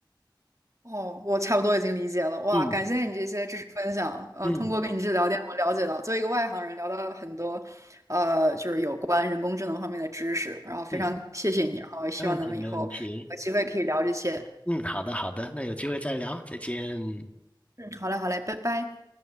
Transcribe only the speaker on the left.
嗯
嗯
嗯，
没问题，没问题。嗯，好的好的，那有机会再聊，再见。